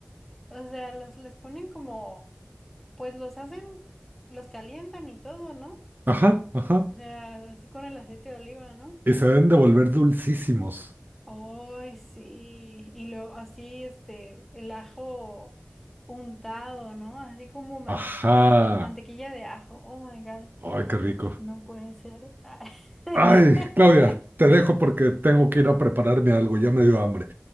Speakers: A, in the centre; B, on the right.
A: o sea, los les ponen como, pues los hacen, los calientan y todo, ¿no?
B: ajá, ajá,
A: O sea, así con el aceite de oliva, ¿no?
B: y se deben de volver dulcísimos,
A: Ay, sí. Y luego así, este, el ajo untado, ¿no? Así como mantequilla,
B: ajá,
A: como mantequilla de ajo. Oh my God.
B: ay, qué rico.
A: No puede ser. <laughs>
B: Ay, Claudia, te dejo porque tengo que ir a prepararme algo, ya me dio hambre.